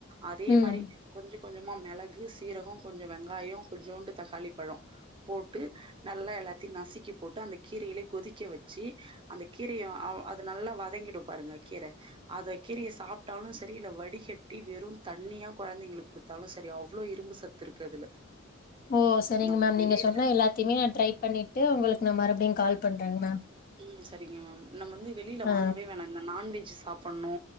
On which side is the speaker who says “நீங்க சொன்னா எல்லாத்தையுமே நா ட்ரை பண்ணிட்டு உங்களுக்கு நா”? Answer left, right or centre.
Left